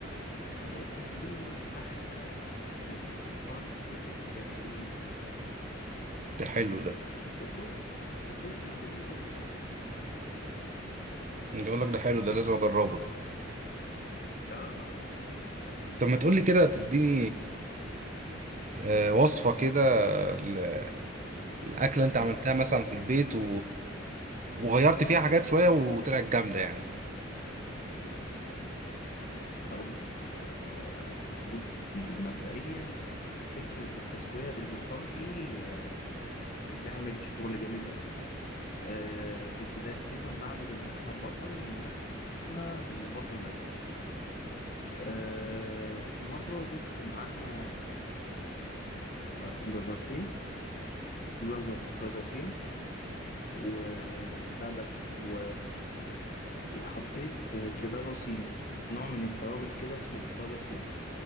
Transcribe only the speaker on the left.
هتاكل منه أحلى رغيف ضرب في التاريخ
وخش وخش على الريفيوهات بتاعته
اه اه
آه.
هقول لك آه، بص يا سيدي مبدئيا فكرة التسوية بالبخار دي آه، بتعمل شغل جامد أوي آه، كنت دايما بعمل اللحمة ببصل اللحمة بالبصل بس آه، في مرة ضفت معاها آه، جزرتين جزر جزرتين وبتاع ده و... وحطيت كبابة صيني نوع من التوابل كده اسمه كبابة صيني